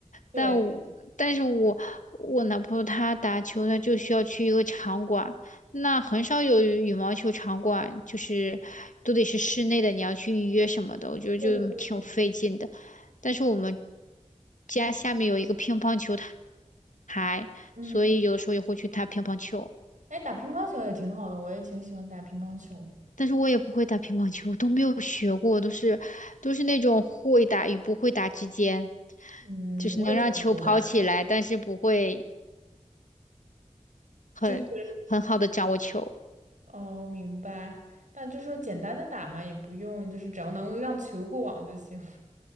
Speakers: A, on the right (about 80°); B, on the left (about 85°).
A: 对，
B: 但我但是我我男朋友他打球，他就需要去一个场馆，那很少有羽羽毛球场馆，就是都得是室内的，你要去预约什么的，我觉得就挺费劲的。
A: 对的，对的。
B: 但是我们家下面有一个乒乓球台，
A: 嗯，
B: 所以有时候也会去打乒乓球。
A: 哎，打乒乓球也挺好的，我也挺喜欢打乒乓球。
B: 但是我也不会打乒乓球，我都没有学过，都是都是那种会打与不会打之间，
A: 嗯，
B: 就是能让球跑起来，
A: 我也差不多吧。<laughs>
B: 但是不会很很好的掌握球。
A: 就是哦，明白。那就是简单的打嘛，也不用，就是只要能让球过网就行。<laughs>